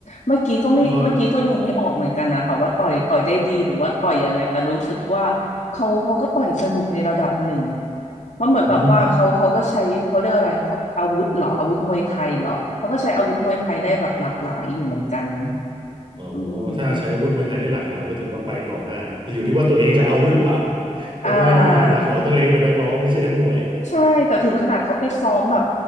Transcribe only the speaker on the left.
เมื่อกี้ก็ไม่เมื่อกี้ก็ดูไม่ออกเหมือนกันนะคะว่าต่อยต่อยได้ดีหรือว่าต่อยยังไงแต่รู้สึกว่าเขาเขาก็ต่อยสนุกในระดับหนึ่ง
เพราะเหมือนแบบว่าเขาเขาก็ใช้เขาเรียกอะไรเขาอาวุธเหรออาวุธมวยไทยเหรอเขาก็ใช้อาวุธมวยไทยได้แบบหลากหลายอยู่เหมือนกัน
อื
ม
อ่า ใช่แต่ถึงขนาดเขาไปซ้อมแบบ